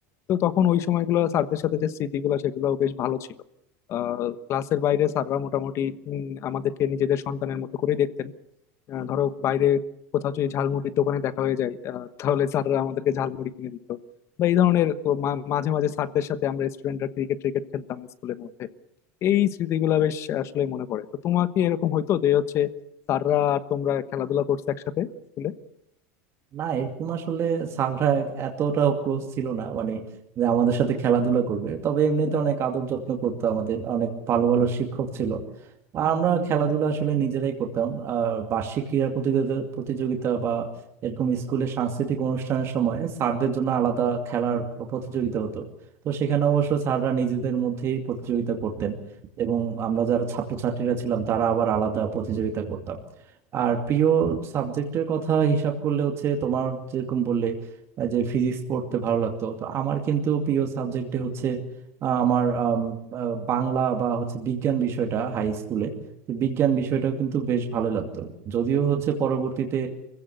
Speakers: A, on the left; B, on the right.
A: তো তখন ওই সময়গুলো স্যারদের সাথে যে স্মৃতিগুলো সেগুলো বেশ ভালো ছিল আহ ক্লাসের বাইরে স্যাররা মোটামুটি উম, আমাদেরকে নিজেদের সন্তানের মতো করে দেখতেন আহ, ধরো বাইরে কোথাও যদি ঝালমুড়ির দোকানে দেখা হয়ে যায় আহ, তাহলে স্যাররা আমাদেরকে ঝালমুড়ি কিনে দিত বা এই ধরনের কো- মা- মাঝে মাঝে স্যারদের সাথে আমরা স্টুডেন্টরা ক্রিকেট ক্রিকেট খেলতাম স্কুলের মধ্যে এই স্মৃতিগুলো বেশ আসলে মনে পড়ে তো তোমার কি এরকম হইতো যে হচ্ছে স্যাররা আর তোমরা খেলাধুলা করছো একসাথে স্কুলে
B: না এরকম আসলে সানরা এতটা ক্লোজ ছিল না মানে যে আমাদের সাথে খেলাধুলা করবে তবে এমনিতে অনেক আদব যত্ন করতো আমাদের অনেক ভালো ভালো শিক্ষক ছিল আর আমরা খেলাধুলা আসলে নিজেরাই করতাম আর বার্ষিক ক্রীড়া প্রতিযোগিতা প্রতিযোগিতা বা এরকম স্কুলে সাংস্কৃতিক অনুষ্ঠানের সময় স্যারদের জন্য আলাদা খেলার প্রতিযোগিতা হতো তো সেখানে অবশ্য স্যাররা নিজেদের মধ্যেই প্রতিযোগিতা করতেন এবং আমরা যারা ছাত্রছাত্রীরা ছিলাম তারা আবার আলাদা প্রতিযোগিতা করতাম আর প্রিয় সাবজেক্টের কথা হিসাব করলে হচ্ছে তোমার যেরকম বললে আহ, যে ফিজিক্স পড়তে ভালো লাগতো তো আমার কিন্তু প্রিয় সাবজেক্টে হচ্ছে আহ, আমার আম, আহ, বাংলা বা হচ্ছে বিজ্ঞান বিষয়টা হাই স্কুলে তো বিজ্ঞান বিষয়টাও কিন্তু বেশ ভালো লাগতো যদিও হচ্ছে পরবর্তীতে